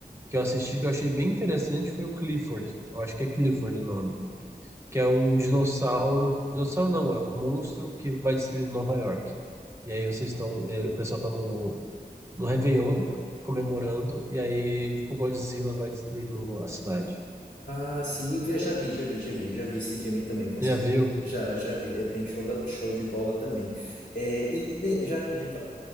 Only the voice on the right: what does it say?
que eu assisti, que eu achei bem interessante, foi o Clifford. Eu acho que é Clifford o nome que é um dinossauro. Dinossauro não, é um monstro que vai destruir Nova York. E aí vocês estão. eh, O pessoal tá no, no Réveillon comemorando, e aí, tipo, Godzilla vai destruindo a cidade.
Já
viu?